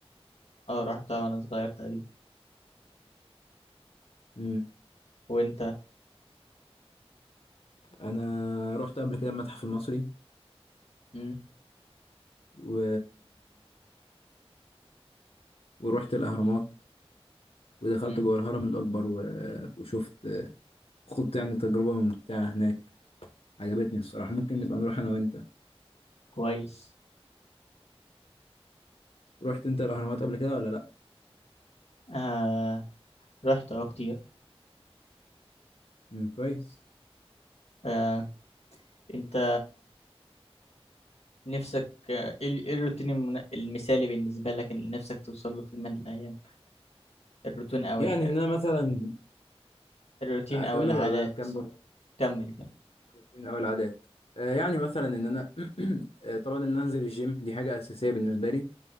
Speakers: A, on the left; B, on the left.
A: اه رحتها وأنا صغير تقريبا
B: امم
A: وأنت
B: انا رحت قبل كده المتحف المصري
A: مم.
B: و... ورحت الاهرامات ودخلت
A: مم.
B: جوه الهرم الاكبر و... وشفت خضت يعني تجربه ممتعه هناك عجبتني الصراحه ممكن نبقى نروح انا وانت
A: كويس
B: رحت انت الاهرامات قبل كده ولا لا
A: آه رحت اه كتير
B: امم كويس
A: آه أنت نفسك آه، إيه ال- إيه الروتين المنا- المثالي بالنسبة لك اللي نفسك توصل له في يوم من الأيام الروتين أو
B: يعني
A: الع-
B: ان انا مثلا
A: الروتين
B: اكمل
A: أو العادات
B: ولا اكمل
A: كمل كمل
B: مركزين قوي العادات آه، يعني مثلا ان انا <clears throat> آه، طبعا ان انزل الجيم دي حاجه اساسيه بالنسبه لي